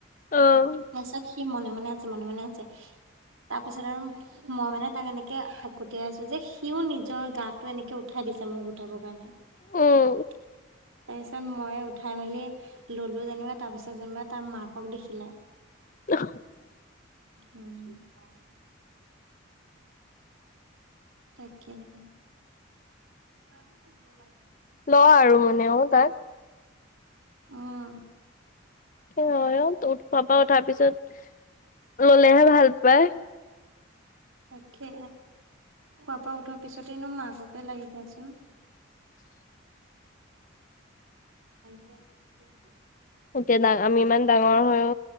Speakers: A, on the left; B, on the right.
A: অ'-
B: তাৰপিছত সি মনে মনে আছে মনে মনে আছে। তাৰপিছত আৰু- মই মানে তাক এনেকে হাকুটিয়াই আছোঁ যে সিও নিজৰ গা টো এনেকে উঠাই দিছে মোৰ গাত- উঠাব কাৰণে।
A: উম
B: তাৰপিছত মইে উঠাই মেলি ললোঁ যেনিবা তাৰপিছত যেনিবা তাৰ মাকক দেখিলে।
A: <unintelligible>
B: উ <unintelligible> তাকে হে। ত চ হ লে <unintelligible>
A: ল আৰু মানেও তাক।
B: উম'-
A: অ অ ত' খোৱা পা উঠাৰ পিছত ললেহে ভাল পায়।
B: তাকে, খোৱাৰ পৰা উঠোৱাৰ পিছতেইনো মাককে লাগি দিয়াচোন।
A: <unintelligible>
B: থেংক ইউ <unintelligible>
A: এতিয়া ডাঙ আমি ইমান ডাঙৰ হৈও